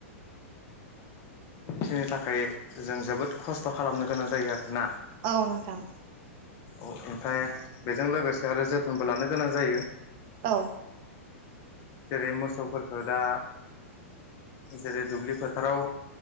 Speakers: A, on the left (about 35°); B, on the right (about 50°).
A: फिनो थाखाय जों जोबोद खस्थ' खालामनो गोनां जायो आरोना।
B: औ नोंथां।
A: अ एनफाय बेजों लोगोसे आरो जोथोनबो लानो गोनां जायो।
B: औ।
A: जेरै मोसौफोरखो दा जेरै दुब्लि फोथाराव